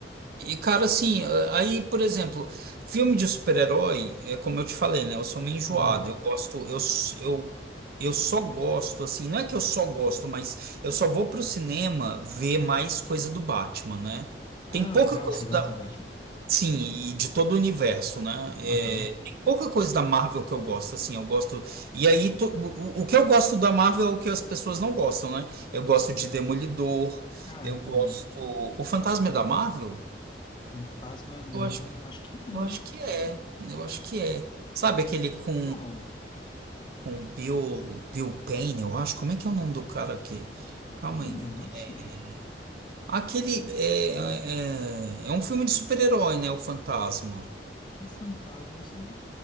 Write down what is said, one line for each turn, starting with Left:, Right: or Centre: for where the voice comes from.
Right: E, cara, assim, a- aí, por exemplo, filme de super-herói, é como eu te falei, né? Eu sou meio enjoado.
Left: Uhum.
Right: Eu gosto, eu, s- eu, eu só gosto, assim, não é que eu só gosto, mas eu só vou pro cinema ver mais coisa do Batman, né?
Left: Ah,
Right: Tem pouca
Left: legal,
Right: coisa
Left: você gosta
Right: da.
Left: do Batman.
Right: Sim, e de todo o universo, né? É,
Left: Aham.
Right: tem pouca coisa da Marvel que eu gosto, assim, eu gosto. E aí, to- o, o que eu gosto da Marvel é o que as pessoas não gostam, né? Eu gosto de Demolidor,
Left: Ah,
Right: eu
Left: eu também.
Right: gosto. O Fantasma é da Marvel?
Left: Fantasma, não,
Right: eu acho
Left: acho que não.
Right: eu acho que é, eu acho que é. Sabe aquele com,
Left: Uau,
Right: com Bill, Bill Payne, eu acho? Como é que é o nome do cara aqui? Calma
Left: olha,
Right: aí.
Left: não
Right: É-
Left: sei.
Right: Aquele é, é, é é um filme de super-herói, né? O Fantasma.
Left: O fantasma, esse,